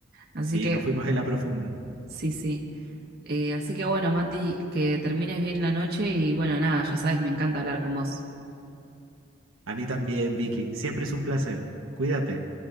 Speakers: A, on the right; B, on the right.
A: Así
B: Sí,
A: que,
B: nos fuimos en la profunda.
A: sí, sí. Eh, así que bueno, Mati, que termines bien la noche y bueno, nada, ya sabes, me encanta hablar con vos.
B: A mí también, Vicky. Siempre es un placer. Cuídate.